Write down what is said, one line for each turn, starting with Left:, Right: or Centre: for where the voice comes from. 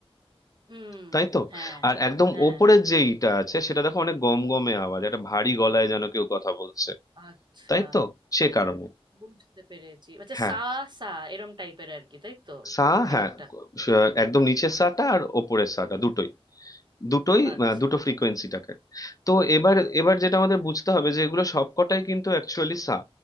Right: হুম
Left: তাই তো
Right: হ্যাঁ
Left: আর একদম
Right: হ্যাঁ
Left: ওপরের
Right: হ্যাঁ
Left: যে ইটা আছে সেটা দেখো অনেক গমগমে আওয়াজ একটা ভারী গলায় যেন কেউ কথা বলছে
Right: আচ্ছা
Left: তাই তো সে কারণে
Right: বুঝতে পেরেছি আচ্ছা
Left: হ্যাঁ
Right: সা সা এরম টাইপের আর কি তাই তো
Left: সা
Right: খানিকটা
Left: হ্যাঁ স- একদম নিচের সাটা আর ওপরের সাটা দুটোই দুটোই
Right: আচ্ছা
Left: আহ, দুটো ফ্রিকোয়েন্সিটাকে তো এবার এবার যেটা আমাদের বুঝতে হবে যে এগুলো সবকটাই কিন্তু অ্যাকচুয়ালি সা